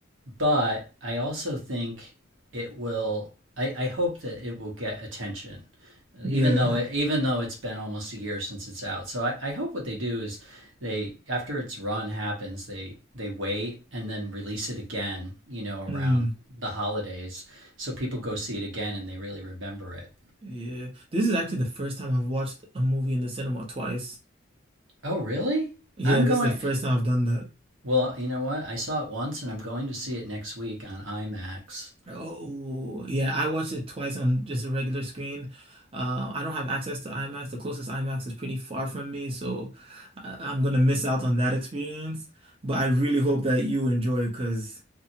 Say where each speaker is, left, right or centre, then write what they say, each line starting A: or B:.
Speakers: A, on the right; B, on the right.
A: But I also think it will. I, I hope that it will get attention,
B: yeah.
A: even though it, even though it's been almost a year since it's out. So I, I hope what they do is they after its run happens, they they wait and then release it again. You know, around
B: Mm,
A: the holidays, so people go see it again and they really remember it.
B: yeah. This is actually the first time I've watched a movie in the cinema twice.
A: Oh, really?
B: Yeah,
A: I'm going.
B: this is the first time I've done that.
A: Well, you know what? I saw it once, and I'm going to see it next week on IMAX.
B: Oh, yeah, I watched it twice on just a regular screen. Uh, I don't have access to IMAX. The closest IMAX is pretty far from me, so I I'm gonna miss out on that experience. But I really hope that you enjoy it because,